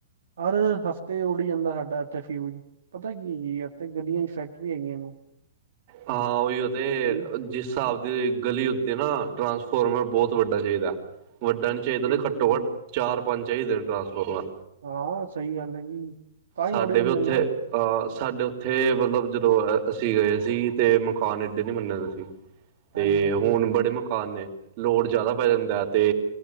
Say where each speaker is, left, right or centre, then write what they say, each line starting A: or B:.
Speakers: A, on the right; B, on the right.
A: ਹਰ ਹਫ਼ਤੇ ਉਡ ਹੀ ਜਾਂਦਾ ਸਾਡਾ ਇੱਥੇ ਫਿਊਜ਼। ਪਤਾ ਕੀ ਐ ਜੀ ਇੱਥੇ ਗਲੀਆਂ ਚ ਫੈਕਟਰੀਆਂ ਹੈਗੀਆਂ ਨੇ।
B: ਹਾਂ ਓਹੀਓ ਤੇ
A: ਹੂੰ,
B: ਜਿਸ ਹਿਸਾਬ ਦੇ ਗਲੀ ਉੱਤੇ ਨਾ ਟਰਾਂਸਫੋਰਮਰ ਬਹੁਤ ਵੱਡਾ ਚਾਹੀਦਾ, ਵੱਡਾ ਨ ਚਾਹੀਦਾ
A: ਬਿਲਕੁਲ
B: ਤੇ ਘੱਟੋ ਘੱਟ ਚਾਰ ਪੰਜ ਚਾਹੀਦੇ ਨੇ ਟਰਾਂਸਫੋਰਮਰ।
A: ਹਾਂ ਸਹੀ ਗੱਲ ਐ ਜੀ। ਤਾਂ ਹੀ
B: ਸਾਡੇ
A: ਉਡ ਜਾਂਦੇ
B: ਵੀ ਉੱਥੇ
A: ਨੇ ਨਾ
B: ਅਹ ਸਾਡੇੇ ਇੱਥੇ ਮਤਲਬ ਜਦੋਂ ਅਸੀਂ ਗਏ ਸੀ ਤੇ ਮਕਾਨ ਏਡੇ ਨਹੀਂ ਬਣੇ ਦੇ ਸੀ। ਤੇ
A: ਹਾਂਜੀ ਹਾਂਜੀ
B: ਹੁਣ ਬੜੇ ਮਕਾਨ ਨੇ, ਲੋਡ ਜ਼ਿਆਦਾ ਪੈ ਜਾਂਦਾ ਤੇ